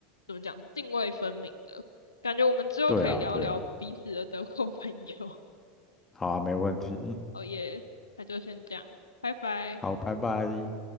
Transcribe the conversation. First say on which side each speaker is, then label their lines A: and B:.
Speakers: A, on the left; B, on the left.
A: 怎么讲，泾渭分明的感觉。我们之后可以聊聊彼此的德国朋友。
B: <laughs> 对啊，对啊，好啊，没问题，
A: 哦耶，那就先这样，拜拜。
B: 好，拜拜。